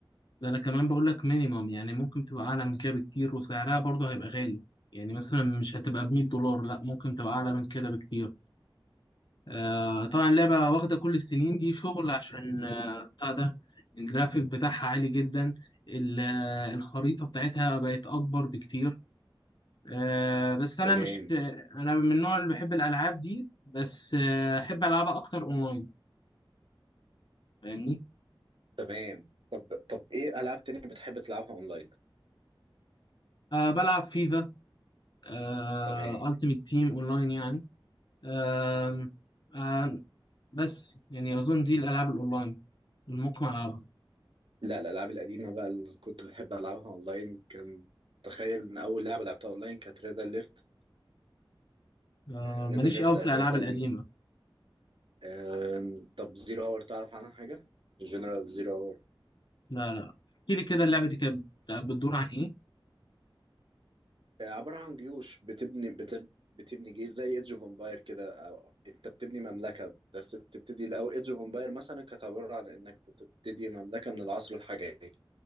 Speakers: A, on the left; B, on the right.
A: ده انا كمان بقول لك مينيمم يعني ممكن تبقى اعلى من كده بكتير وسعرها برضه هيبقى غالي يعني مثلا مش هتبقى ب 100 دولار لا ممكن تبقى اعلى من كده بكتير آه طبعا اللعبه واخده كل السنين دي شغل عشان آه بتاع ده الجرافيك بتاعها عالي جدا ال- آه، الخريطه بتاعتها بقت اكبر بكتير آه بس انا
B: تمام
A: مش انا من النوع اللي بحب الالعاب دي بس آه احب العبها اكتر اونلاين فاهمني
B: تمام طب طب ايه العاب تانية بتحب تلعبها اونلاين
A: آه بلعب فيفا آه
B: تمام
A: التيمت تيم اونلاين يعني آم، آم، بس يعني أظن دي الألعاب الأونلاين اللي ممكن ألعبها
B: لا الالعاب القديمه بقى اللي كنت بحب العبها اونلاين كان تخيل ان اول لعبه لعبتها اونلاين كانت ريد اليرت
A: آه،
B: ريد
A: ماليش
B: اليرت
A: قوي
B: اساسا
A: في الألعاب القديمة
B: آم، طب زيرو هاور تعرف عنها حاجه جنرال زيرو هاور
A: لا لا احكي لي كده اللعبة دي كانت بتدور عن إيه؟
B: عباره عن جيوش بتبني بتب بتبني جيش زي ايدج اوف امباير كده أو انت بتبني مملكه بس بتبتدي الاول ايدج اوف امباير مثلا كانت عباره عن انك بتبتدي مملكه من العصر الحجري